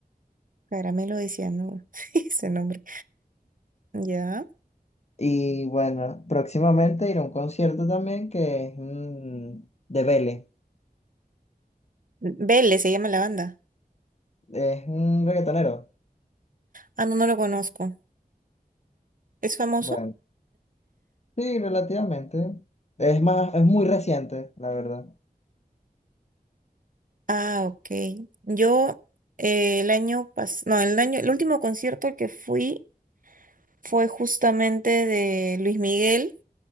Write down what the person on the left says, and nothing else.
Y bueno, próximamente iré a un concierto también que es mm, de Vélez.
Es un reggaetonero.
Bueno, sí, relativamente. Es más, es muy reciente, la verdad.